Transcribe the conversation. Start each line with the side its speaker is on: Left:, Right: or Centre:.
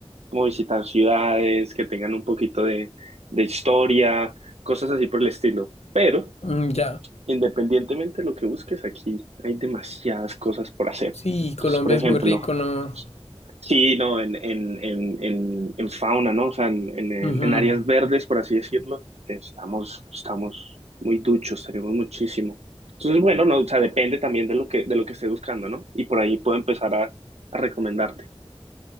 Right: como a visitar ciudades que tengan un poquito de, de historia, cosas así por el estilo. Pero
Left: mm, ya.
Right: Independientemente de lo que busques, aquí hay demasiadas cosas por hacer.
Left: Sí, Colombia
Right: Entonces, por ejemplo,
Left: es muy rico, ¿no?
Right: sí, no, en, en, en, en, en fauna, ¿no? O sea, en, en,
Left: Ujú.
Right: en áreas verdes, por así decirlo, estamos, estamos muy duchos, tenemos muchísimo. Entonces, bueno, no, o sea, depende también de lo que, de lo que esté buscando, ¿no? Y por ahí puedo empezar a, a recomendarte.